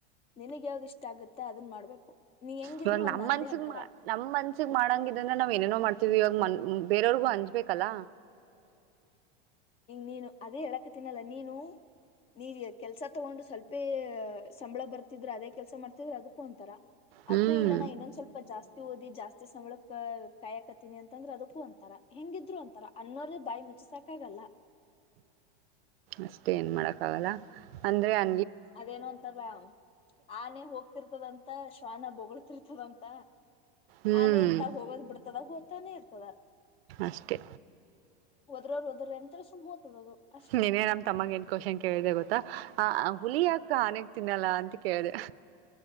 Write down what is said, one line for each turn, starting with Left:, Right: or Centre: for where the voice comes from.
Left: ನಿನಗ್ ಯಾವ್ದ್ ಇಷ್ಟ ಆಗತ್ತ ಅದನ್ ಮಾಡ್ಬೇಕು ನೀ ಹೆಂಗಿದ್ರು
Right: ಇವಾಗ
Left: ಒಂದ್
Right: ನಮ್
Left: ಅಂದೆ
Right: ಮನ್ಸಿಗ್
Left: ಅಂತಾರ
Right: ನಮ್ ಮನ್ಸಿಗೆ ಮಾಡಂಗಿದಂದ್ರೆ ನಾವ್ ಏನೇನೋ ಮಾಡ್ತವಿ ಇವಾಗ ಮ ಬೇರೆಯವ್ರಗೂ ಹಂಜಬೇಕಲ್ಲ
Left: ನೀನು ಅದೇ ಹೇಳಕ ತಿನ್ನಲ್ಲ ನೀನು ನೀವ ಕೆಲ್ಸ ತಗೊಂಡು ಸ್ವಲ್ಪೇ ಸಂಬಳ ಬರ್ತಿದ್ರೆ ಅದೇ ಕೆಲ್ಸ ಮಾಡ್ತಿದ್ರೆ ಅದಕ್ಕ ಒಂತರ
Right: ಹ್ಮ್
Left: ಅದ ಇಲ್ಲ ನಾ ಇನ್ನೊಂದ್ ಸ್ವಲ್ಪ ಜಾಸ್ತಿ ಓದಿ ಜಾಸ್ತಿ ಸಂಬಳ ಕಾಯಾಕತ್ತ ಿನಿ ಅಂತಂದ್ರೆ ಅದಕ್ಕೂ ಒಂತರ ಹೆಂಗಿದ್ರು ಒಂತರ ಅನ್ನೋ್ರ ಬಾಯಿ ಮುಚ್ಚು ಸಾಕಾಗಲ್ಲ
Right: ಅಷ್ಟೇ ಏನ್ ಮಾಡಕ್ಕ ಆಗಲ್ಲ ಅಂದ್ರೆ ಅ
Left: ಅದೇನು ಅಂತಲ್ಲ ಆನೆ ಹೋಗ್ತಿರ್ತದಂತ ಶ್ವಾನ ಬಳ್ತಿರ್ತದಂತ
Right: ಹ್ಮ್
Left: ಆನೆ ಎಂತ ಹೋಗೋದ್ ಬಿಡ್ತದ ಹೋಗ್ತಾನೆ ಇರ್ತದ
Right: ಅಷ್ಟೆ
Left: ಹದ್ರರ್ರುದ್ರ ಎಂತ ಸುಮ್ ಹ್ತದ ಅದು ಅಷ್ಟೇ
Right: ನನೇ ನಮ್ ತಮ್ಮಗೆ ಏನ್ ಕ್ವನ್ ಕೇಳಿದೆ ಗೊತ್ತಾ ಹುಲಿಿಯಾಕ ಆನೆಕ್ ತಿನ್ನಲ್ಲ ಅಂತ ಕೇಳ್ದ